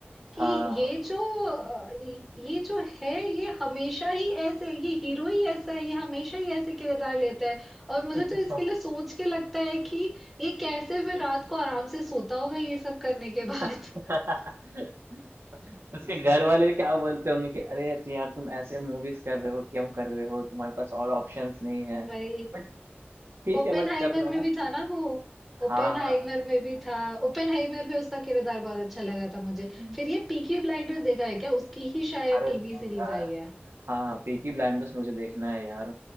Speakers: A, in the centre; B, on the right (about 75°).
A: कि
B: हाँ
A: ये जो अ, ये जो है ये हमेशा ही ऐसे ये हीरो ही ऐसा है ये हमेशा ही ऐसे किरदार लेता है और मुझे
B: हाँ
A: तो इसके लिए सोच के लगता है कि ये कैसे फिर रात को आराम से सोता होगा ये सब करने के बाद
B: <laughs> उसके घर वाले क्या बोलते होंगे कि अरे तु- यार तुम ऐसे मूवीज कर रहे हो क्यों कर रहे हो तुम्हारे पास और ऑप्शंस नहीं
A: <laughs>
B: है
A: भाई
B: बट ठीक
A: ओपेनहाइमर
B: है बट कर रहा
A: में
B: है
A: भी था ना वो
B: हाँ
A: ओपेनहाइमर
B: हाँ
A: में भी था ओपेनहाइमर में उसका किरदार बहुत अच्छा लगा था मुझे
B: हम्म,
A: फिर ये पीकी ब्लाइंडर्स देखा है क्या उसकी ही शायद
B: अरे
A: टीवी
B: नहीं
A: सीरीज
B: यार
A: आई है
B: हाँ पीकी ब्लाइंडर्स मुझे देखना है यार